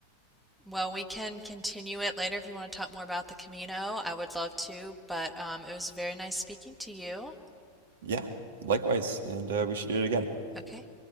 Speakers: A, in the centre; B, on the right.
A: Well, we can continue it later if you want to talk more about the Camino. I would love to, but um, it was very nice speaking to you.
B: Yeah, likewise, and uh, we should do it again.
A: Okay.